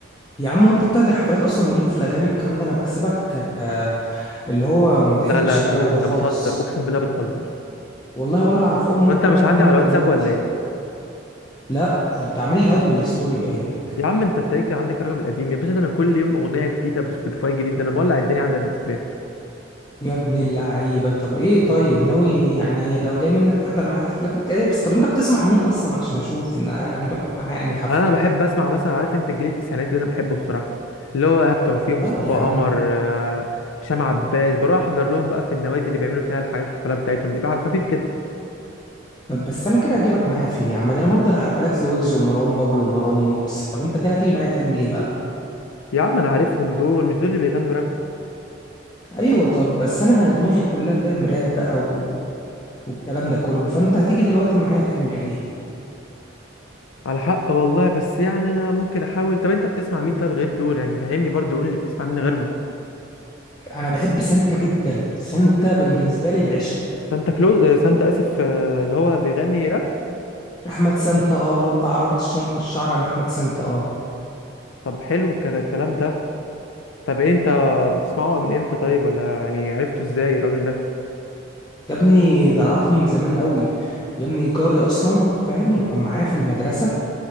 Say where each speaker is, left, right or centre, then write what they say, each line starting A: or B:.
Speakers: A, on the left; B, on the left.
A: يا عم وانت بتحضر حفلات اصلا وليك في الاغاني والكلام ده انا بحسبك آه، اللي هو ما بتحبش
B: لا لا لا
A: الجو
B: لا انت
A: ده خالص
B: بتهزر اقسم بالله بتهزر
A: والله ولا اعرف اول مرة
B: وانت مش
A: اعرف
B: عندي
A: منك
B: على الواتساب
A: دلوقتي
B: ولا ايه
A: لا انت عامل لي هايب من الستوري باين لك.
B: يا عم انت تلاقيك عندك الرقم القديم يا باشا ده انا كل يوم اغنيه جديده بسبوتيفاي جديد ده انا مولع الدنيا عندي على الانستجرام
A: يا ابن اللعيبة طب ايه طيب ناوي يعني لو جاي منك تحضر معايا الحفلات الجاية بس طب انت بتسمع مين اصلا عشان اشوف ان اجيبك معايا انهي حفلة
B: انا بحب اسمع مثلا عارف انت الجيل التسعيناتي ده انا بحبه بصراحه اللي هو ايهاب توفيق مصطفى
A: طب يا
B: قمر
A: عم
B: آه، هشام عباس بروح احضر لهم بقى في النوادي اللي بيعملوا فيها الحاجات الحفلات بتاعتهم دي بقى على خفيف كده
A: طب بس انا كده اجيبك معايا فين يا عم ده انا بحضر حفلات لويجز ومروان بابلو ومروان موسى طب انت كده هتيجي معايا تعمل ايه بقى
B: يا عم انا عارفهم دول مش دول اللي بيغنوا راب
A: ايوه طب بس انا دماغي كلها فاهم راب بقى و... والكلام ده كله فانت هتيجي دلوقتي معايا تعمل ايه
B: على حق والله بس يعني انا ممكن احاول طب انت بتسمع مين طيب غير دول يعني فهمني برضو قول لي بتسمع مين غيرهم
A: انا بحب سانتا جدا سانتا بالنسبه لي العشق
B: سانتا كلوز آه، سانتا اسف آه، اللي هو بيغني راب
A: احمد سانتا اه اللي هو بتاع عربة الشن... الشعر انا احمد سانتا اه
B: طب حلو الكلا- الكلام ده طب إيه انت بتسمعه من امتى طيب ولا يعني عرفته ازاي الراجل ده
A: يا ابني ده انا اعرفه من زمان قوي يا ابني جاري اصلا فاهم وكان معايا في المدرسه